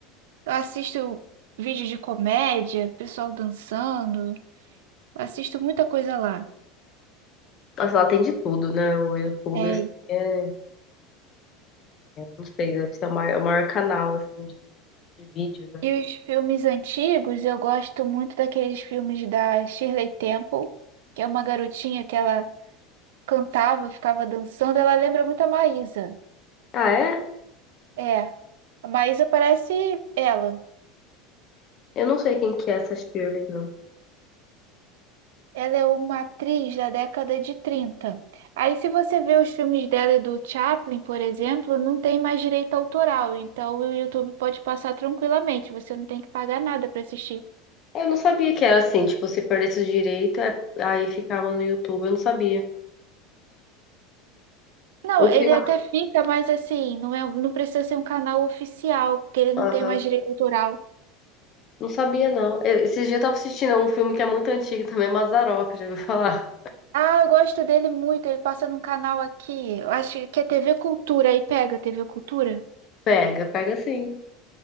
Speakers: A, on the right; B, on the left.
A: eu assisto vídeo de comédia, pessoal dançando, Eu assisto muita coisa lá.
B: Nossa, lá tem de tudo, né? O YouTube,
A: É.
B: assim, é... Não sei, deve ser o maior, é o maior canal, assim, de, de vídeo, né?
A: E os filmes antigos, eu gosto muito daqueles filmes da Shirley Temple, que é uma garotinha que ela cantava, ficava dançando, ela lembra muito a Maísa.
B: Ah, é?
A: É, a Maísa parece ela.
B: Eu não sei quem que é essa Shirley, não.
A: Ela é uma atriz da década de 30. Aí, se você vê os filmes dela e do Chaplin, por exemplo, não tem mais direito autoral, então o YouTube pode passar tranquilamente, você não tem que pagar nada para assistir.
B: Eu não sabia que era assim, tipo, se perdesse o direito, é- aí ficava no YouTube, eu não sabia.
A: Não,
B: Um
A: ele
B: filme,
A: até fica, mas assim, não é, não precisa ser um canal oficial, porque ele não
B: aham,
A: tem mais direito autoral.
B: Não sabia não. E- Esses dias eu tava assistindo um filme que é muito antigo também, é Mazzaropi, já ouviu falar?
A: Ah, eu gosto dele muito. Ele passa num canal aqui. Eu acho que é TV Cultura. Aí pega TV Cultura.
B: Pega, pega sim.